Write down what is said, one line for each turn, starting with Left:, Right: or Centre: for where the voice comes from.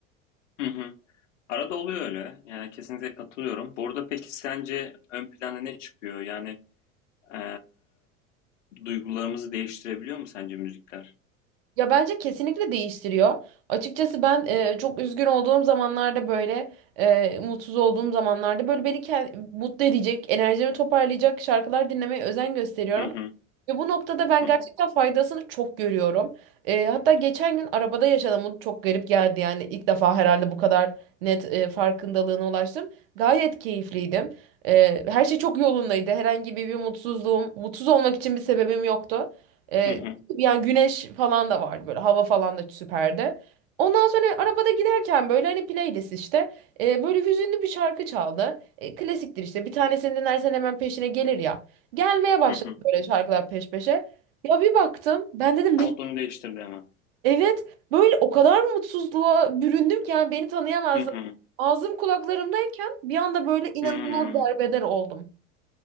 Left: Hı hı. Arada oluyor öyle. Yani kesinlikle katılıyorum. Burada peki sence ön plana ne çıkıyor? Yani e, duygularımızı değiştirebiliyor mu sence müzikler?
Right: Ya bence kesinlikle değiştiriyor. Açıkçası ben e, çok üzgün olduğum zamanlarda böyle e, mutsuz olduğum zamanlarda böyle beni ke- mutlu edecek, enerjimi toparlayacak şarkılar dinlemeye özen gösteriyorum.
Left: Hı hı.
Right: Ve bu noktada ben
Left: Hı
Right: gerçekten
Left: hı.
Right: faydasını çok görüyorum. E, hatta geçen gün arabada yaşadım. Bu çok garip geldi yani ilk defa herhalde bu kadar net e, farkındalığına ulaştım. Gayet keyifliydim. E, her şey çok yolundaydı. Herhangi bir, bir mutsuzluğum, mutsuz olmak için bir sebebim yoktu. E,
Left: Hı hı.
Right: yani güneş falan da vardı böyle hava falan da süperdi. Ondan sonra arabada giderken böyle hani playlist işte e, böyle hüzünlü bir şarkı çaldı. E, klasiktir işte bir tanesini dinlersen hemen peşine gelir ya. Gelmeye başladı
Left: Hı hı.
Right: böyle şarkılar peş peşe. Ya bir baktım ben dedim
Left: Modunu
Right: ne?
Left: değiştirdi hemen.
Right: Evet böyle o kadar mutsuzluğa büründüm ki yani beni tanıyamazdım.
Left: Hı hı.
Right: Ağzım kulaklarımdayken bir anda böyle inanılmaz
Left: Hı hı.
Right: derbeder oldum.